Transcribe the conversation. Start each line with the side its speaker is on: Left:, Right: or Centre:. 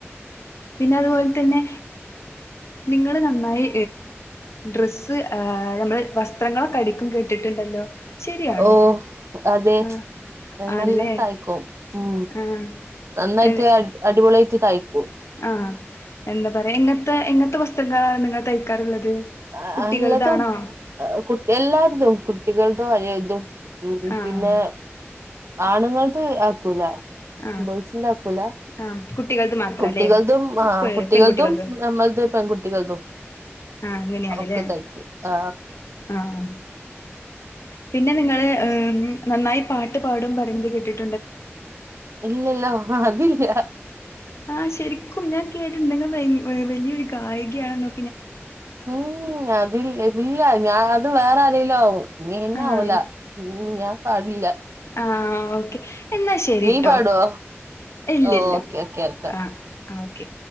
Left: പിന്നെ അതുപോലെ തന്നെ നിങ്ങള് ഏ നന്നായി ഡ്രസ്സ് ഏ ആ നമ്മള് വസ്ത്രങ്ങളൊക്കെ അടിക്കും കേട്ടിട്ടുണ്ടല്ലോ? ശരിയാണോ
Right: ഓ അതെ
Left: ആഹ് ആണ്ല്ലേ
Right: നല്ലോം തയ്ക്കും. ഉം
Left: ആഹ്
Right: നന്നായിട്ട്
Left: ഏഹ്
Right: അടിപൊളിയായിട്ട് തയ്ക്കും.
Left: ആഹ് എന്താ പറയാ എങ്ങൻത്തെ എങ്ങത്തെ വസ്ത്രങ്ങളാണ് നിങ്ങൾ തയ്ക്കാറുള്ളത്?
Right: അ
Left: കുട്ടികൾതാണോ
Right: ആ എല്ലതും കുട്ടി എല്ലാര്തും കുട്ടികൾതും വലിയര്തും ഉം
Left: ആഹ്
Right: പിന്നെ ആണുങ്ങൾത് ആക്കൂല.
Left: ആഹ്
Right: ബോയ്സിന്റാക്കൂലാ?
Left: ആഹ് കുട്ടികൾത് മാത്രല്ലേ
Right: കുട്ടികൾതും ആഹ് കുട്ടികൾതും
Left: പെൺകുട്ടികൾത്
Right: നമ്മൾതും പെൺകുട്ടികൾതും.
Left: ആഹ് അങ്ങനെയാണ്ലേ
Right: ഒക്കെ തയ്ക്കും ആ
Left: ആഹ് പിന്നെ നിങ്ങള് ഏ ഉം നന്നായി പാട്ട് പാടും പറയുന്നത് കേട്ടിട്ട്
Right: ഇല്ലല്ലോ അതില്ല.
Left: ആഹ് ശരിക്കും ഞാൻ കേട്ടിട്ണ്ട് നിങ്ങള് വലിയൊരു ഗായികയാണെന്നൊ
Right: ഉം അതില്ല ഇല്ല ഞാൻ അത് വേറെ ആരേലും ആവും ഇന്നെ
Left: ആഹ്
Right: ആവൂല ഉം ഞാൻ പാടില്ല.
Left: ആഹ് ഓക്കെ എന്നാ ശരിട്ടോ
Right: നീ പാടോ
Left: ഇല്ലല്ല
Right: ഓ ഓക്കെ ഓക്കെ ഓക്കെ
Left: ആഹ് ആഹ് ഓക്കെ